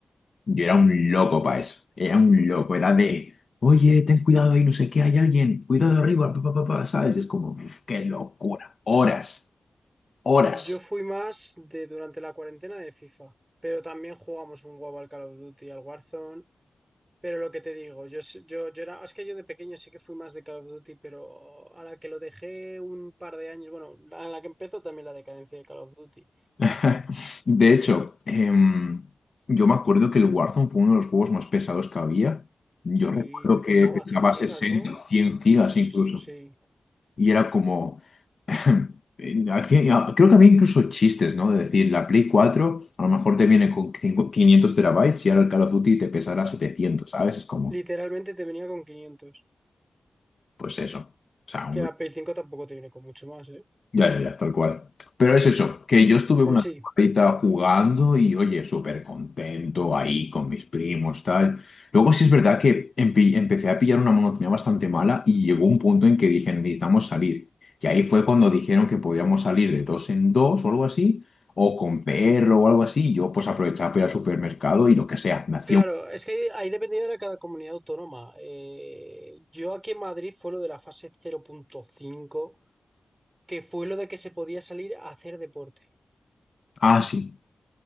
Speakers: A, on the left; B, on the right.
A: yo era un loco para eso, era un loco, era de, oye, ten cuidado ahí, no sé qué, hay alguien, cuidado arriba, pa, pa, pa, pa", ¿sabes? Es como, "Uf, qué locura, horas, horas.
B: Yo fui más de durante la cuarentena de FIFA, pero también jugamos un huevo al Call of Duty, al Warzone. Pero lo que te digo, yo, s- yo, yo era, es que yo de pequeño sí que fui más de Call of Duty, pero a la que lo dejé un par de años, bueno, a la que empezó también la decadencia de Call of Duty.
A: <laughs> De hecho, em, yo me acuerdo que el Warzone fue uno de los juegos más pesados que había. Yo
B: Sí,
A: recuerdo
B: que
A: que
B: pesaba
A: pesaba
B: 100 gigas,
A: 60,
B: ¿no?
A: cien gigas
B: Pues
A: incluso.
B: es- sí,
A: Y era como... <laughs> eh, al fin- a- Creo que había incluso chistes, ¿no? De decir, la Play 4 a lo mejor te viene con cinco- 500 terabytes y ahora el Call of Duty te pesará 700, ¿sabes? Es como,
B: literalmente te venía con 500.
A: pues eso. O sea, un
B: que la Play 5 tampoco te viene con mucho más, ¿eh?
A: Ya, ya, ya, tal cual. Pero es eso, que yo estuve
B: Pero
A: una
B: sí,
A: temporadita jugando y, oye, súper contento ahí con mis primos, tal. Luego sí es verdad que empe- empecé a pillar una monotonía bastante mala y llegó un punto en que dije, necesitamos salir. Y ahí fue cuando dijeron que podíamos salir de dos en dos o algo así, o con perro o algo así. y Yo pues aprovechaba para ir al supermercado y lo que sea, me hacía
B: claro,
A: un...
B: es que ahí, ahí dependía de cada comunidad autónoma. Eh, yo aquí en Madrid fue lo de la fase cero punto cinco, que fue lo de que se podía salir a hacer deporte.
A: Ah, sí.